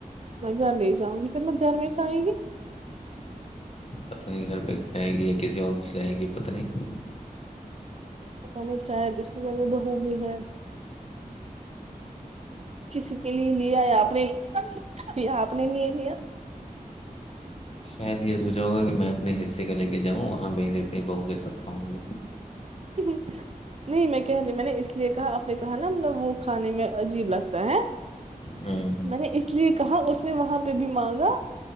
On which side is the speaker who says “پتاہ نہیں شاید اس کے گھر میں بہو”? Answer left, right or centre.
Right